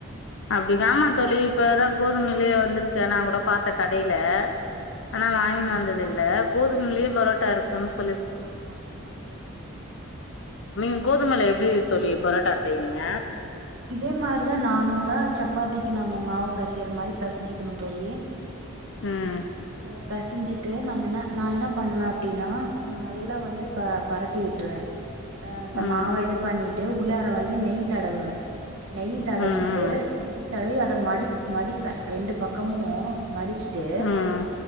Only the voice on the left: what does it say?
அப்டிங் ஆமா தோழி
இப்ப தா கோதுமைலியே வந்திருக்கே நா கூட பாத்த கடை ல
ஆனா
வாங்கினு வந்ததில்ல கோதும்லியே பரோட்டாருக்குன் ஸ்
நீங் கோதுமைல எப்டி தோழி பரோட்டா செய்வீங்க
ம்
ம்
ம்
ம்